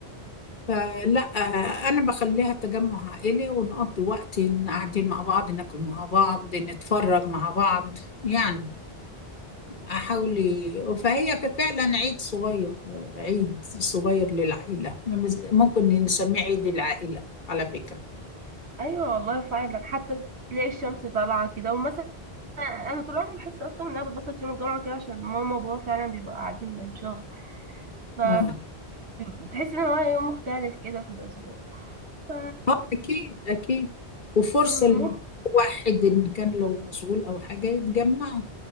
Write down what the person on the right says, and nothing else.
أيوة والله فعلا حتى تلاقي الشمس طالعة كده ومثلا أنا طول عمري بحس أصلا إن أنا بتبسط يوم الجمعة كده عشان ماما وبابا فعلا بيبقوا قاعدين من الشغل ف
بتحس إن هو يوم مختلف كده في الأسبوع ف
مم.